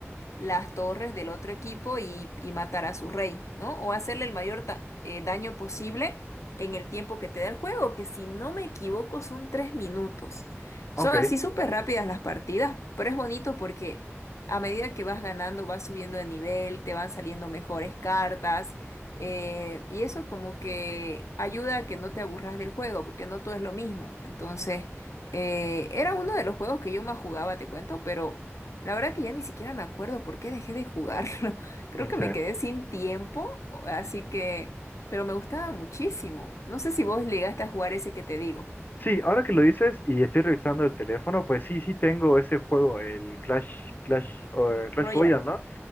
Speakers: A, on the left; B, on the left.
A: las torres del otro equipo y, y matar a su rey, ¿no? O hacerle el mayor ta- eh, daño posible en el tiempo que te da el juego, que si no me equivoco son tres minutos. Son
B: Ok.
A: así súper rápidas las partidas, pero es bonito porque a medida que vas ganando, vas subiendo de nivel, te van saliendo mejores cartas. eh, y eso como que ayuda a que no te aburras del juego, porque no todo es lo mismo. Entonces, eh, era uno de los juegos que yo más jugaba, te cuento, pero la verdad que ya ni siquiera me acuerdo por qué dejé de jugarlo. <laughs> Creo que
B: Sí.
A: me quedé sin tiempo, o- así que... Pero me gustaba muchísimo. No sé si vos llegaste a jugar ese que te digo.
B: Sí, ahora que lo dices y estoy revisando el teléfono, pues sí, sí tengo ese juego, el Clash, Clash, eh, Clash
A: Royal.
B: Royale, ¿no?